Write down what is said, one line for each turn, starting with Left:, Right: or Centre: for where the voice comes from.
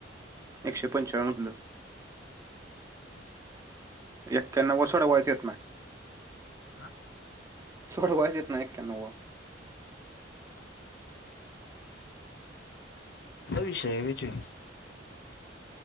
Right: एकशे पंचेचाळ म्हंटल.
Left: हम् <unintelligible>
Right: एक्क्यानव व सडवायच येत माय.
Left: का?
Right: सोडवायचं येत न्हाय एक्यानवा.
Left: हा विषय हय हुय त्यो.